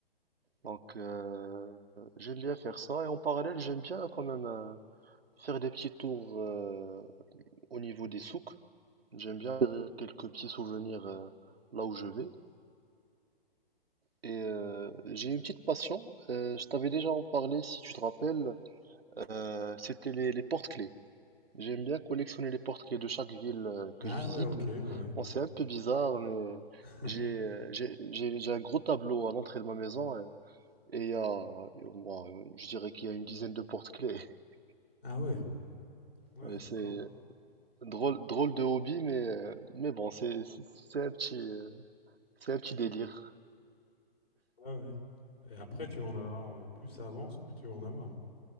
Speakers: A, on the right; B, on the left.
A: Donc, euh, j'aime bien faire ça. Et en parallèle, j'aime bien quand même euh, faire des petits tours euh, au niveau des souks. J'aime bien faire quelques petits souvenirs euh, là où je vais. Et euh, j'ai une petite passion. euh, je t'avais déjà en parlé, si tu te rappelles. euh, c'était les, les porte-clés. J'aime bien collectionner les porte-clés de chaque ville euh,
B: Ah
A: que je visite.
B: ouais, ok, ouais, ouais.
A: Bon, c'est un peu bizarre, mais
B: <laughs>
A: j'ai euh, j'ai j'ai- j'ai un gros tableau à l'entrée de ma maison. euh, Et il y a, et bon, euh, je dirais qu'il y a une dizaine de porte-clés. <laughs>
B: Ah ouais. Ouais,
A: Ouais,
B: d'accord.
A: c'est drôle, drôle de hobby, mais, euh, mais bon, c'est, c'est c'est un petit, euh, c'est un petit délire.
B: Ouais, ouais. Et après, tu vas en avoir, euh, plus ça avance, plus tu vas en avoir. hein.